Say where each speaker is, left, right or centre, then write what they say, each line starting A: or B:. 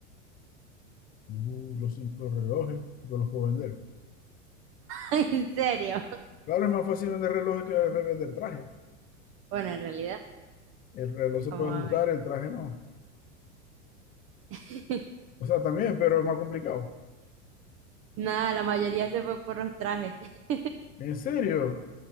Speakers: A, on the left; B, on the right.
A: Uh, los, in- los relojes, yo los puedo vender.
B: <laughs> ¿En serio?
A: Claro, es más fácil vender relojes que revender traje.
B: Bueno, en realidad,
A: El reloj se
B: vamos
A: puede ajustar,
B: a ver.
A: el traje no.
B: <laughs>
A: O sea, también, pero es más complicado.
B: Nada, la mayoría se fue por los trajes. <laughs>
A: ¿En serio?